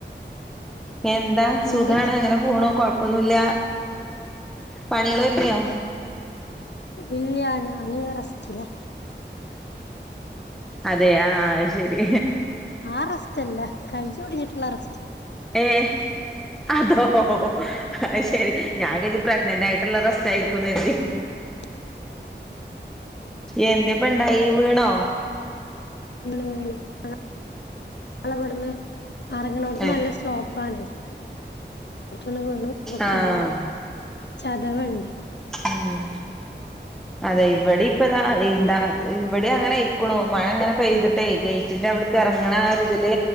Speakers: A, in the centre; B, on the left.
A: എന്താ.. സുഖാണ്
B: എന്താ
A: അങ്ങനെ പോണു. കൊഴപ്പൊന്നുല്ല പണിയേള് ഒരുങ്ങിയോ?
B: ഇല്യാ ഞാന് റസ്റ്റ്ലാ.
A: അതേ, ആഹ് അയ്ശരി
B: ആഹ് റെസ്റ്റല്ല കയ്യൊടിഞ്ഞിട്ട്ള്ള റസ്റ്റ
A: ഏഹ് അതോ.. അയ്ശെരി ഞാൻ കരുതി പ്രഗ്നന്റ് ആയിട്ട്ള്ള റെസ്റ്റ് ആയിരിക്കും ന്നെര്തി.
B: <inaudible>
A: എന്തേപ്പ ണ്ടായീ വീണോ.
B: വീണു, വീണു ഞങ്ങളെ വട്ന്ന് അറങ്ങ്ണോട്ത്
A: ഏ
B: നല്ല സ് സ്ലോപ്പാണേ. പുറത്തൊന്നു വീണ്. അപ്പ കയ്യിന്
A: ആഹ്
B: ചതവ്ണ്ട്.
A: ഉം അതെ ഇവടീം പ്പതാ വീണ്ടാ വടിം അങ്ങനെ അയ്ക്കുണു. മഴ ങ്ങനെ പെയ്തിട്ടേയ്, ഗെയ്റ്റിന്റെ അവിടക്ക് എറങ്ങണ ആ ഒരു തില്